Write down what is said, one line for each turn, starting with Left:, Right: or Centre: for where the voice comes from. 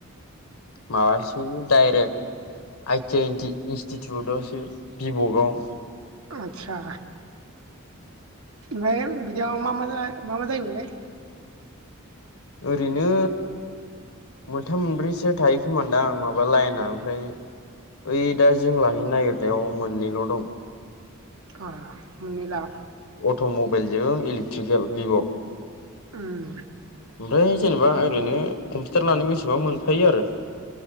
Left: माबासो डाइरेक्ट आइ टि आइ इनस्टिटिउटआवसो बि भकआव
Right: आचसा ओमफाय बिदियाव मा मा मा मा जायोमोनलाय?
Left: ओरैनो मोनथाम मोनब्रैसो थायोखोमानदां माबा लाइना ओमफ्राय ओइ दा जों लाहैनो नागिरनायाव मोननैल' दं।
Right: आ मोनिला
Left: अट' मबाइलजों इलेकट्रिकेल भिभ'
Right: उम
Left: ओमफ्राय जेनेबा ओरैनो कम्पिउटार लानो बेसेबां मोनफायो आरो।